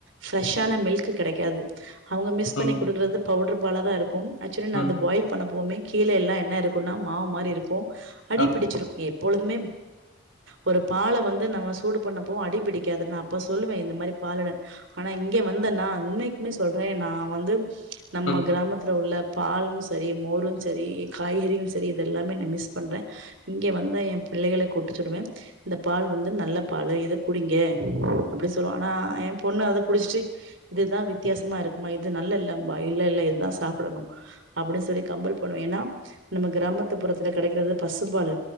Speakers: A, on the right; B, on the left.
A: ப்ரெஷ்ஷான மில்க் கெடைக்காது அவுங்க மிஸ்
B: ம்
A: பண்ணி கொடுக்கறது பவுடர் பலதா இருக் உம் ஆக்சுவலி நா
B: ம்
A: அது பாயில் பண்ண எப்பவுமே கீழ எல்லா என்ன இருக்குன்னா மாவு மாரி இருக்கு அடிபிடிச்சிரும்
B: ஆ
A: எப் ப்பொழுதுமே ஒரு பால வந்து நம்ம சூடு பண்ணப்பவு அடிபிடிக்காது நா அப்ப சொல்லுவே இந்த ந்த மாரி <unintelligible> ஆனா இங்க வந்த நா இன்னைக்குமே சொல்றே நா வந்து நம்ம
B: ம்
A: கிராமத்துல உள்ள பாலும் செரி மோரும் செரி காய்கறியும் செரி இதெல்லாமே நா மிஸ் பண்றேன் இங்க வந்தா என் பிள்ளைகள கூட்டிச்சுடுவேன் இந்த பால் வந்து நல்ல பால் இத குடிங்க அப்டி சொல்வாங்க ஆனா என் பொண்ணு அத குடிச்சுட்டு இதுதா வித்தியாசமா இருக்குமா இது நல்லா இல்லம்பா இல்ல இல்ல இதா சாப்படணு அப்டின்னு சொல்லி கம்பல் பண்ணுவே ஏன்னா நம்ம கிராமத்துப்புறத்துல கெடைக்கிறது பசும்பாலு